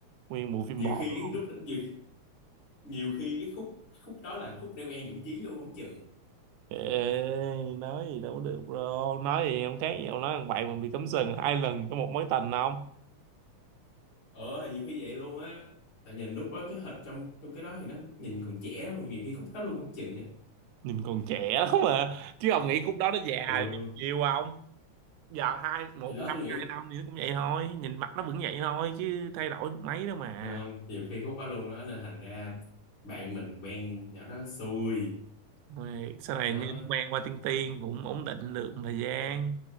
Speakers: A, on the right (about 85°); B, on the left (about 45°).
A: nguyên bộ phim
B: nhiều
A: bỏ
B: khi
A: luôn
B: cái lúc đó, nhiều, nhiều khi cái khúc cái khúc đó là khúc đeo e nhũng chí luôn không chừng
A: Ê, nói gì đâu có được bro nói gì không khác gì ông nói thằng bạn mình bị cấm sừng hai lần trong một mối tình không
B: ờ thì nhiều khi vậy luôn á tại nhìn lúc đó cái hình trong trong cái đó thì nó nhìn còn trẻ lắm nhiều khi khúc đó luôn không chừng á
A: nhìn còn trẻ lắm mà chứ ông nghĩ khúc đó nó già
B: ừ
A: nhiều không giờ hai một
B: thì đó
A: năm
B: tôi nghĩ
A: hai năm nữa cũng vậy thôi nhìn mặt nó vẫn vậy thôi chứ thay đổi được mấy đâu mà
B: không, nhiều khi khúc đó luôn đó nên thành ra bạn mình quen nhỏ đó xui
A: Rồi sau này
B: đó
A: nghe nó quen qua tiên tiên cũng ổn định được một thời gian